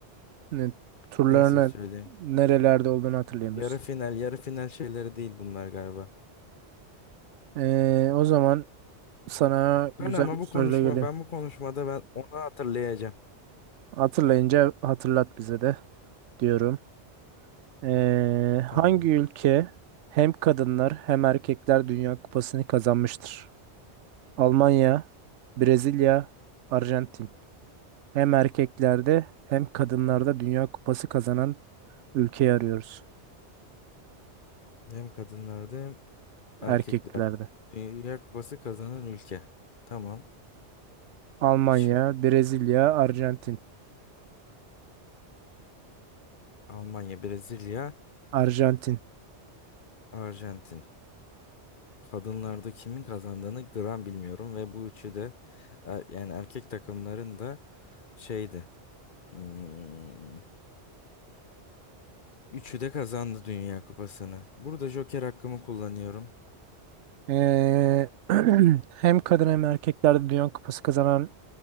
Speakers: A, on the right; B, on the left.
A: Ne, turlarını
B: Nasıl söyleyeyim?
A: nerelerde olduğunu hatırlayamıyorsun.
B: Yarı final, yarı final şeyleri değil bunlar galiba.
A: E, o zaman sana güzel
B: Ben ama
A: bir
B: bu
A: soruyla
B: konuşma,
A: geleyim.
B: ben bu konuşmada ben onu hatırlayacağım.
A: Hatırlayınca hatırlat bize de diyorum. E,
B: Tamam.
A: hangi ülke hem kadınlar hem erkekler Dünya Kupası'nı kazanmıştır? Almanya, Brezilya, Arjantin. Hem erkeklerde hem kadınlarda Dünya Kupası kazanan ülkeyi arıyoruz.
B: Hem kadınlarda hem erkekler.
A: Erkeklerde.
B: Dünya Kupası kazanan ülke. Tamam.
A: Almanya,
B: Şık.
A: Brezilya, Arjantin.
B: Almanya, Brezilya,
A: Arjantin.
B: Arjantin. Kadınlarda kimin kazandığını gram bilmiyorum ve bu üçü de er- yani erkek takımların da şeydi. hmm, üçü de kazandı Dünya Kupası'nı. Burada Joker hakkımı kullanıyorum.
A: Ee, <clears throat> hem kadın hem erkeklerde Dünya Kupası kazanan